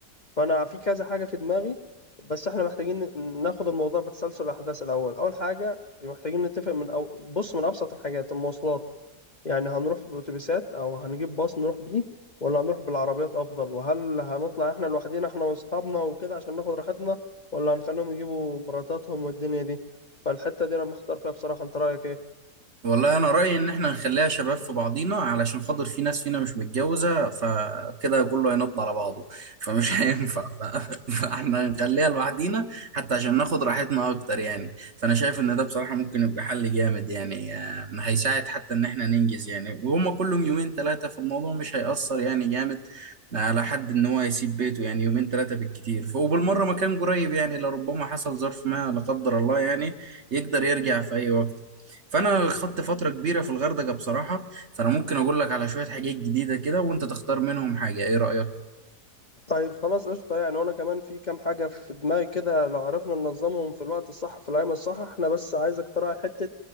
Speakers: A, on the left; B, on the right.
A: فانا في كذا حاجه في دماغي بس احنا محتاجين ن- ناخد الموضوع بتسلسل الاحداث الاول اول حاجه محتاجين نتفق من أو بص من ابسط الحاجات المواصلات يعني هنروح بأتوبيسات أو هنجيب باص نروح بيه ولا هنروح بالعربيات أفضل وهل هنطلع إحنا لوحدينا إحنا وأصحابنا وكده عشان ناخد راحتنا ولا هنخليهم يجيبوا مراتاتهم والدنيا دي فالحتة دي أنا محتار فيها بصراحة أنت رأيك إيه؟
B: والله انا رايي ان احنا نخليها شباب في بعضينا علشان خاطر في ناس فينا مش متجوزه فكده كله هينط على بعضه فمش <laughs> هينفع ف... فاحنا نخليها لوحدينا حتى عشان ناخد راحتنا اكتر يعني فانا شايف ان ده بصراحه ممكن يبقى حل جامد يعني آه، هيساعد حتى ان احنا ننجز يعني وهما كلهم يومين ثلاثه فالموضوع مش هيأثر يعني جامد على حد ان هو يسيب بيته يعني يومين ثلاثه بالكتير ف- وبالمره مكان قريب يعني لربما حصل ظرف ما لا قدر الله يعني يقدر يرجع في اي وقت فانا خدت فتره كبيره في الغردقه بصراحه فانا ممكن اقول لك على شويه حاجات جديده كده وانت تختار منهم حاجه ايه رايك
A: طيب خلاص قشطة يعني وأنا كمان في كام حاجة في دماغي كده لو عرفنا ننظمهم في الوقت الصح في الأيام الصح احنا بس عايز اقتراح حتة